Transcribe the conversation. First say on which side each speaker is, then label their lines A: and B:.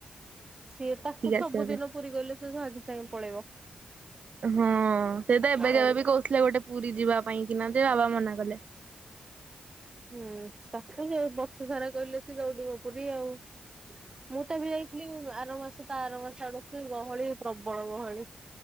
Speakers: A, on the right; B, on the right.
A: ସିଏ ତାକୁ ସବୁଦିନ
B: ଆସିବା ପାଇଁ।
A: ପୁରୀ କହିଲେ ସେ ସାଙ୍ଗେ ସାଙ୍ଗେ ପଳେଇବ।
B: ହଁ ସେ ତ ଏବେ
A: ଦୌଡି
B: ଯେବେ ବି କହୁଥିଲେ ଗୋଟେ ପୁରୀ ଯିବା ପାଇଁ କିନା ଯେ ବାବା ମନାକଲେ।
A: ହୁଁ ତାକୁ ଯୋଉ ବର୍ଷ ସାରା କହିଲେ ସେ ଦୌଉଡିବ ପୁରୀ ଆଉ, ମୁଁ ତ ବି ଯାଇଥିଲି ଆର ମାସ ତ ଆର ମାସ ଆଡେ କି ଗହଳି ପ୍ରବଳ ଗହଳି।